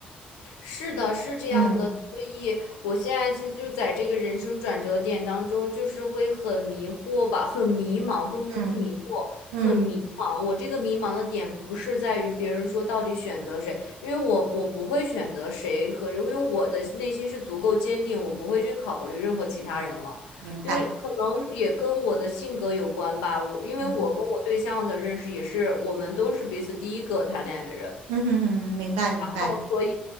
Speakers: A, on the left; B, on the right.
A: 是的，是这样的，
B: 嗯
A: 所以我现在其实就在这个人生转折点当中，就是会很迷惑吧，很迷茫，不能说迷惑，
B: 嗯嗯，
A: 很迷茫。我这个迷茫的点不是在于别人说到底选择谁，因为我我不会选择谁和人因为我的内心是足够坚定，我不会去考虑任何其他人了。
B: 明白。
A: 因为可能也跟我的性格有关吧，我因为我跟我对象的认识也是，
B: 嗯
A: 我们都是彼此第一个谈恋爱的人。
B: 嗯嗯嗯，明白明白。
A: 哦，所以